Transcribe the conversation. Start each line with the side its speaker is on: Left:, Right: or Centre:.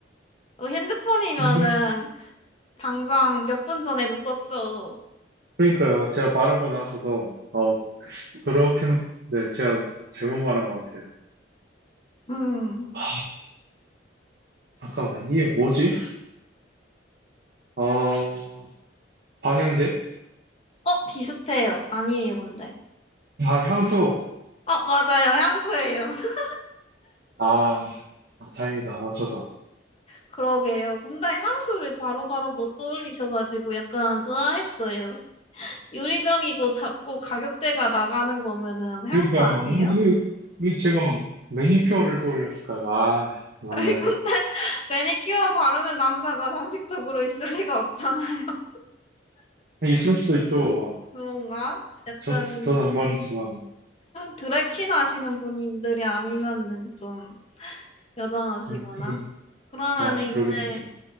Left: 어, 핸드폰이면은
Right: 유리?
Left: 당장 몇 분 전에도 썼죠.
Right: 그러니까요. 제가 말하고 나서도, 어, 그렇긴, 네, 제가 잘못 말한 것 같아요.
Left: 음.
Right: 아, 잠깐만, 이게 뭐지? 아, 방향제?
Left: 어, 비슷해요. 아니에요, 근데.
Right: 아, 향수.
Left: 어, 맞아요. 향수예요. <laughs>
Right: 아, 다행이다. 맞춰서.
Left: 그러게요. 근데 향수를 바로바로 못 떠올리셔가지고 약간 의아했어요. 유리병이고 작고 가격대가 나가는 거면은 향수
Right: 그러니까요.
Left: 아니에요?
Right: 왜, 왜- 왜 제가 매니큐어를 떠올렸을까요? 아, 맞네.
Left: <laughs> 이건 매니큐어 바르는 남자가 상식적으로 있을 리가 없잖아요. <laughs>
Right: 있을 수도 있죠. 막.
Left: 그런가? 약간
Right: 전, 전안 바르지만.
Left: 드래퀸 하시는 분들이 아니면은 좀 여정하시거나
Right: 네, 그러,
Left: 그러면은
Right: 아, 그러긴
Left: 이제
Right: 하죠.